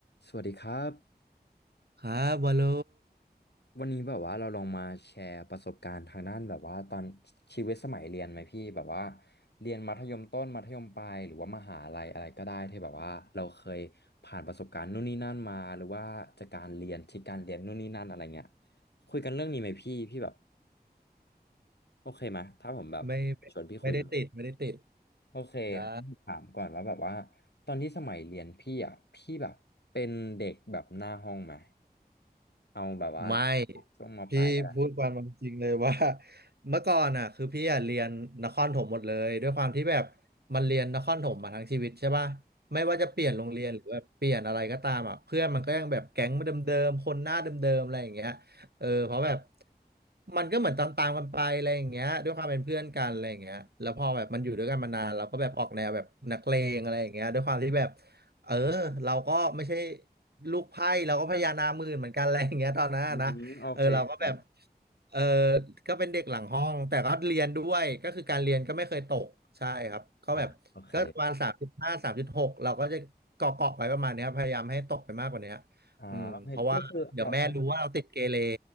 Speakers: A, on the left; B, on the right.
A: สวัสดีครับ
B: ครับวอลโล
A: วันนี้แบบว่าเราลองมาแชร์ประสบการณ์ทางด้านแบบว่าตอนชีวิตสมัยเรียนไหมพี่แบบว่าเรียนมัธยมต้นมัธยมปลายหรือว่ามหาลัยอะไรก็ได้ที่แบบว่าเราเคยผ่านประสบการณ์นู่นนี่นั่นมาหรือว่าจากการเรียนที่การเรียนนู่นนี่นั่นอะไรเงี้ยคุยกันเรื่องนี้ไหมพี่พี่แบบโอเคไหมถ้าผมแบบชวนพี่คุยเรื่อง
B: ไม่ไม่ไม่ได้ติดไม่ได้ติด
A: โอเคงั้นถามก่อนว่าแบบว่า
B: ได้
A: ตอนที่สมัยเรียนพี่อ่ะพี่แบบเป็นเด็กแบบหน้าห้องไหมเอาแบบว่า
B: ไม่
A: ช่วงมปลายก็ได้
B: พี่พูดความเป็นจริงเลยว่า <laughs> เมื่อก่อนอ่ะคือพี่อ่ะเรียนนครถมหมดเลยด้วยความที่แบบมันเรียนนครถมมาทั้งชีวิตใช่ป่ะไม่ว่าจะเปลี่ยนโรงเรียนหรือแบบเปลี่ยนอะไรก็ตามอ่ะเพื่อนมันก็ยังแบบแก๊งเดิมๆคนหน้าเดิมๆอะไรอย่างเงี้ยเออเพราะแบบมันก็เหมือนตามๆกันไปอะไรอย่างเงี้ยด้วยความเป็นเพื่อนกันอะไรอย่างเงี้ยแล้วพอแบบมันอยู่ด้วยกันมานานเราก็แบบออกแนวแบบนักเลงอะไรอย่างเงี้ยด้วยความที่แบบ เออเราก็ไม่ใช่ลูกไพ่เราก็พญานาคหมื่นเหมือนกัน <laughs> อะไรอย่างเงี้ยตอนนั้นนะเออเราก็แบบ
A: อืมโอเคครับ
B: เออก็เป็นเด็กหลังห้องแต่ก็เรียนด้วยก็คือการเรียนก็ไม่เคยตกใช่ครับก็แบบก็ประมาณสามจุดห้าสามจุดหกเราก็จะเกาะเกาะไว้ประมาณเนี้ยพยายามให้ตกไปมากกว่าเนี้ย
A: อ่าโอเคอ๋อโอเคก็คือเอาเอา
B: อืมเพราะว่าเดี๋ยวแม่รู้ว่าเราติดเกเร